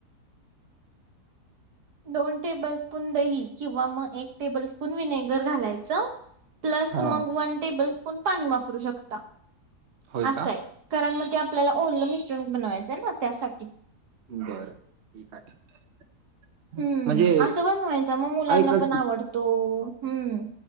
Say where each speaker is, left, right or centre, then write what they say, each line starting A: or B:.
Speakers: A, on the right; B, on the right.
A: दोन टेबल स्पून दही किंवा मग एक टेबल स्पून विनेगर घालायचं प्लस
B: हा
A: मग वन टेबल स्पून पाणी वापरू शकता
B: होय
A: असंय
B: का
A: कारण मग ते आपल्याला ओरलं मिश्रण बनवायचंय ना त्यासाठी
B: बरं ठीक आहे
A: हम्म
B: म्हणजे
A: असं बनवायचं मग मुलांना
B: ऐका
A: पण आवडतो हम्म